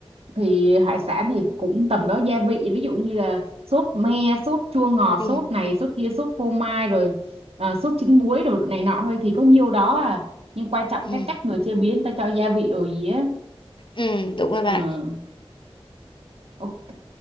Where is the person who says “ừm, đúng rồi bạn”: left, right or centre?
Left